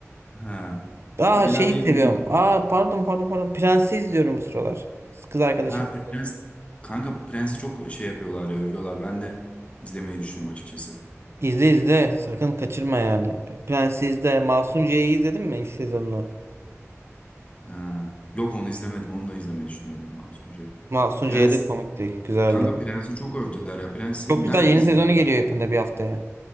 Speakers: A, on the left; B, on the right.
A: Ha.
B: Aa
A: Genelde
B: şeyi
A: yarın-
B: seviyorum. Aa pardon pardon pardon. Prensi izliyorum bu sıralar. Kız arkadaşım
A: ha
B: izledik.
A: Prens kanka Prens'i çok şey yapıyorlar ya övüyorlar. Ben de izlemeyi düşünüyorum açıkçası.
B: İzle izle. Sakın kaçırma yani. Prensi izle. Masunciye'yi izledin mi ilk sezonunu?
A: Ha. Yok onu izlemedim onu da izlemeyi düşünüyorum lazımca.
B: Masunciye
A: Prens
B: de komikti. Güzeldi.
A: kanka Prens'i çok övdüler ya. Prens'i
B: Çok güzel
A: nereden
B: yeni
A: izleyebilirim?
B: sezonu geliyor yakında bir haftaya.